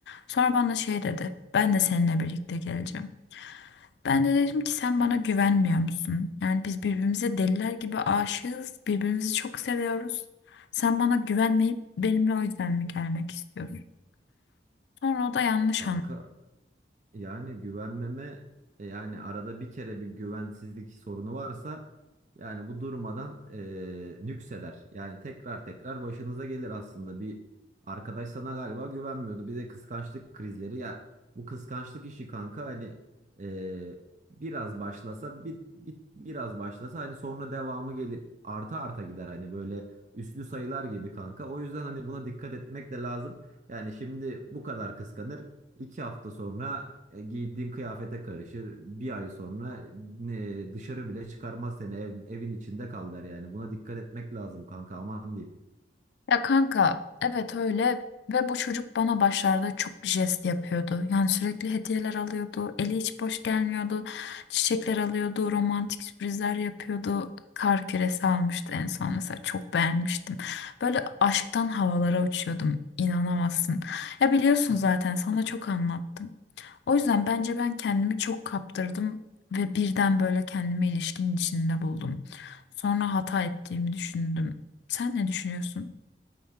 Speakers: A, on the left (about 75°); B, on the right (about 45°).
A: Sonra bana şey dedi ben de seninle birlikte geleceğim. Ben de dedim ki sen bana güvenmiyor musun? Yani biz birbirimize deliler gibi aşığız. Birbirimizi çok seviyoruz. Sen bana güvenmeyip benimle o yüzden mi gelmek istiyorsun? Sonra o da yanlış
B: Kanka Yani güvenmeme e, yani arada bir kere bir güvensizlik sorunu varsa yani bu durmadan e, nükseder. Yani tekrar tekrar başınıza gelir aslında. Bir arkadaş sana galiba güvenmiyordu. Bir de kıskançlık krizleri. Ya bu kıskançlık işi kanka hani e, biraz başlasa bir, bir- biraz başlasa hani sonra devamı gelir. Arta arta gider hani böyle üslü sayılar gibi kanka. O yüzden hani buna dikkat etmek de lazım. Yani şimdi bu kadar kıskanır. İki hafta sonra e, giydiğin kıyafete karışır. Bir ay sonra e, dışarı bile çıkarmaz seni. Ev- evin içinde kal der yani. Buna dikkat etmek lazım kanka aman diyeyim.
A: Ya kanka evet öyle ve bu çocuk bana başlarda çok jest yapıyordu. Yani sürekli hediyeler alıyordu, eli hiç boş gelmiyordu, çiçekler alıyordu, romantik sürprizler yapıyordu. Kar küresi almıştı en son mesela çok beğenmiştim. Böyle aşktan havalara uçuyordum inanamazsın. Ya biliyorsun zaten sana çok anlattım. O yüzden bence ben kendimi çok kaptırdım ve birden böyle kendimi ilişkinin içinde buldum. Sonra hata ettiğimi düşündüm. Sen ne düşünüyorsun?